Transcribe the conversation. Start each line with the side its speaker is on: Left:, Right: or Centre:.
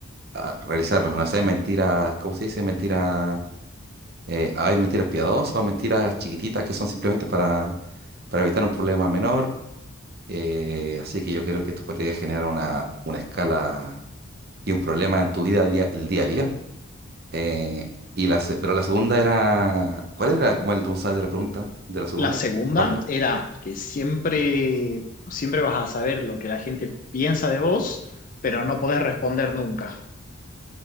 Right: ah, realizar, no sé, mentiras, ¿cómo se dice? Mentiras, eh, hay mentiras piadosas o mentiras chiquititas que son simplemente para, para evitar un problema menor. eh, así que yo creo que esto podría generar una, una escala y un problema en tu vida día- el día a día. Eh, y la, se- pero la segunda era, ¿cuál era como el downside de la pregunta de la segunda?
Left: La segunda
Right: Aparte.
Left: era que siempre, siempre vas a saber lo que la gente piensa de vos, pero no podés responder nunca.